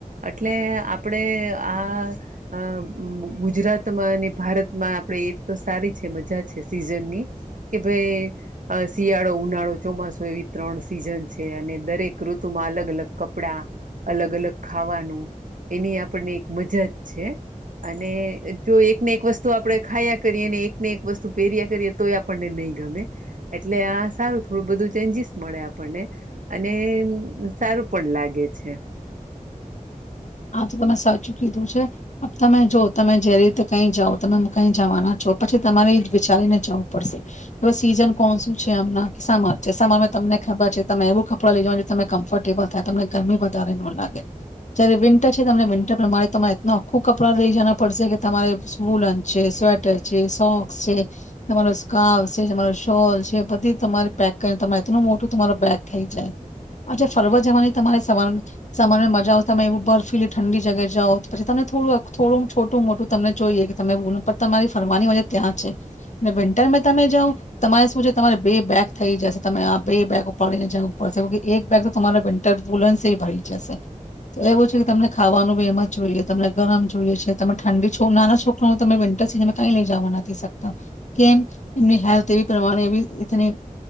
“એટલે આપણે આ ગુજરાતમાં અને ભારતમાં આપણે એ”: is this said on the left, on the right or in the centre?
Right